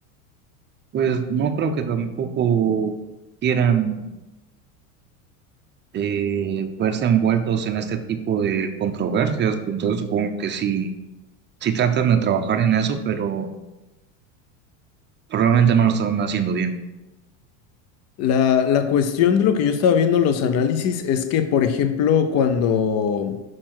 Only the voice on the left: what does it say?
La, la cuestión de lo que yo estaba viendo en los análisis es que, por ejemplo, cuando